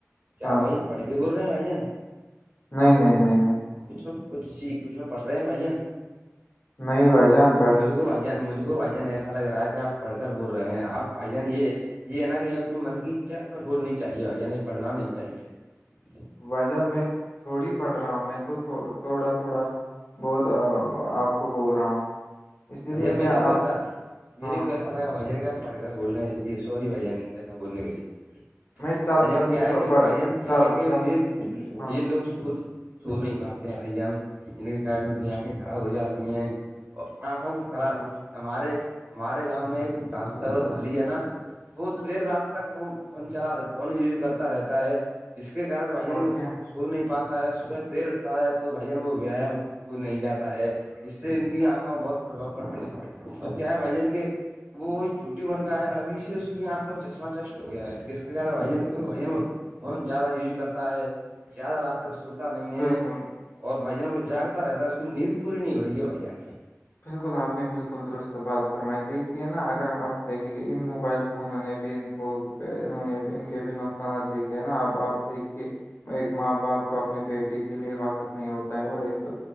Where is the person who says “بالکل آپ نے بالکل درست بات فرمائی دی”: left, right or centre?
Left